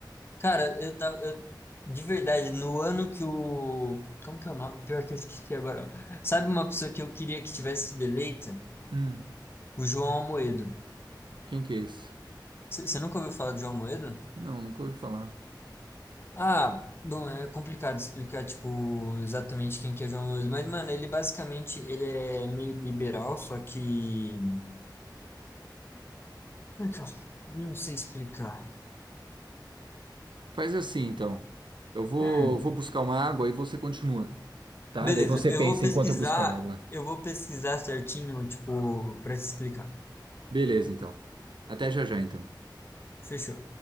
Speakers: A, on the left; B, on the right.
A: Cara, eu tava. eu- de verdade, no ano que o. Como que é o nome? Pior que eu esqueci agora. ó. Sabe uma pessoa que eu queria que tivesse sido eleita?
B: Hum,
A: O João Amoedo.
B: quem que é esse?
A: Você nunca ouviu falar de João Amoedo?
B: Não, nunca ouvi falar.
A: Ah, bom, é complicado explicar, tipo, exatamente quem que é João Amoedo. Mas, mano, ele basicamente ele é meio liberal, só que. Como é que eu- Não sei explicar.
B: Faz assim, então. Eu vou,
A: Hum.
B: vou buscar uma água e você continua, tá?
A: Beleza,
B: Daí você
A: eu
B: pensa
A: vou pesquisar.
B: enquanto eu buscar água.
A: Eu vou pesquisar certinho, tipo, pra te explicar.
B: Beleza, então. Até já já, então.
A: Fechou.